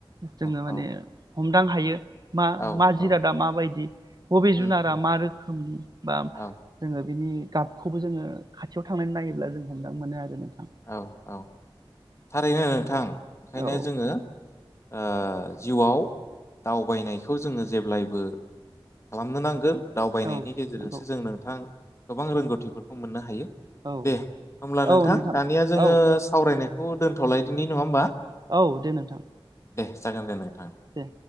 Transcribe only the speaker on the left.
औ
औ
औ
उम
उम
औ
औ औ थारैनो नोंथां ओंखायनो
जोङो ओ जिउ आव दावबाय नायखौ जोङो जेब्लायबो खालामनो नांगोन। दावबायनायनि
गेजेरजोंसो
जों नोंथां गोबां रोंगौथि फोरखौ मोननो हायो।
दे होमब्ला
नोंथां दानिया जोङो
सावरायनाय खौ दोनथ'लायदिनि नङा होमबा?
दे जागोन दे नाय